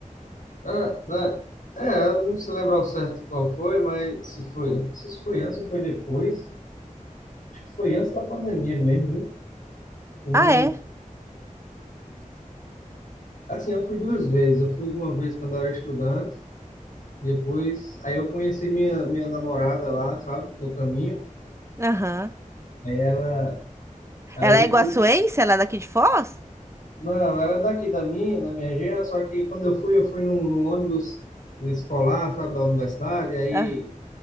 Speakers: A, on the left (about 75°); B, on the right (about 20°).
A: Ah, né? É, eu não se lembro ao certo qual foi, mas se foi, se foi antes ou foi depois. Acho que foi antes da pandemia mesmo, viu? Eu não
B: Ah, é?
A: Assim, eu fui duas vezes. Eu fui uma vez quando eu era estudante Depois, aí eu conheci minha, minha namorada lá, sabe, no caminho.
B: Aham.
A: Aí ela, aí
B: Ela
A: depois,
B: é iguaçuense? Ela é daqui de Foz?
A: não, ela é daqui da minha, da minha região, só que quando eu fui, eu fui num, num ônibus escolar, sabe, da universidade, aí
B: Ah,